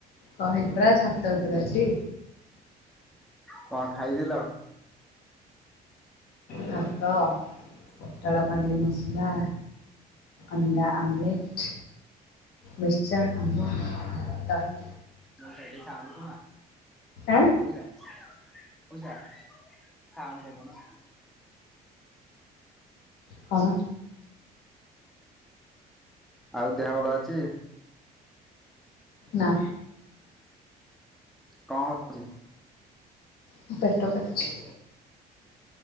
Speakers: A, on the left; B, in the centre.
A: କହିଲି ପରା ଛାତ ଉପରେ ଅଛି।
B: କଣ ଖାଇଥିଲ?
A: ଭାତ। ପୋଟଳ ପନିର ମସଲା, ଅଣ୍ଡା ଆମ୍ଲେଟ୍। ମିକଚର୍, ଆମ୍ବ, ଦହି।
B: ନ ସେଠ ସାଉଣ୍ଡ କମା।
A: ଆଁ?
B: ମୋଉଷା ମୌସା ସାଉଣ୍ଡ କମଉନା।
A: କଣ?
B: ଆଉ ଦେହ ଭଲ ଅଛି?
A: ନା।
B: କ ହୋଉଛି?
A: ମୋ ପେଟ କାଟୁଛି।